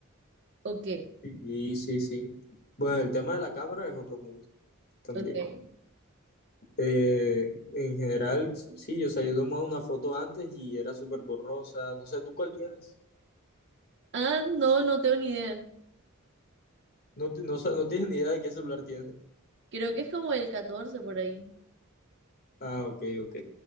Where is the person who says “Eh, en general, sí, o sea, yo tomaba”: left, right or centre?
Left